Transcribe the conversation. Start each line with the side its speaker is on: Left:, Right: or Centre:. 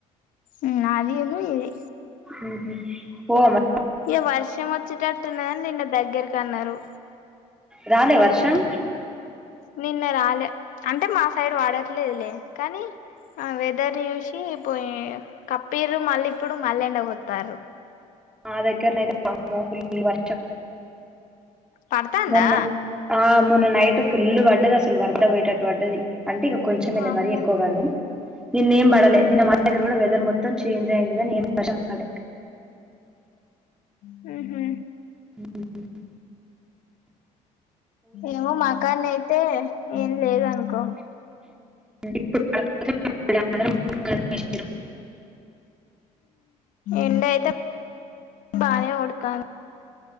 Left: ఉమ్ అది ఉన్ను ఇది.
Centre: ఊహూ పోవా మరి.
Left: ఇగ వర్షమెుచ్చెటట్టు. నిన్న దగ్గరకు అన్నారు.
Centre: రాలే వర్షం.
Left: నిన్న రాలే అంటే మా సైడ్ వాడట్లేదులే కానీ ఆ వెదర్ చూసి పోయిం. కప్పీంరు మళ్ళీ ఇప్పుడు మళ్ళీ ఎండపోతారు.
Centre: మా దగ్గర అయితే వామ్మో పుల్లు వర్షం.
Left: పడతాందా.
Centre: మొన్న ఆ మొన్న నైట్ ఫుల్ వడ్డది అసలు వర్ద పోయేటట్టు వడ్డది. అంటే ఇక కొంచెమేలే
Left: వామ్మో
Centre: కానీ మరీ ఎక్కువ పడలే కానీ నిన్నేం పడలే. నిన్న మా దగ్గర కూడా వెదర్ మొత్తం చేంజ్ అయింది కానీ ఏం వర్షం పడలే.
Left: ఉమ్మ్.
Centre: ఉమ్ ఉమ్ ఉమ్ ఉమ్
Left: ఏమో మాకాన్నేతే ఏం లేదు అనుకో
Centre: ఇప్పుడు పడకపోతే మళ్ళీ అందరూ మొక్కలు వేసిర్రు.
Left: ఎండ అయితే బానే కొడతంది.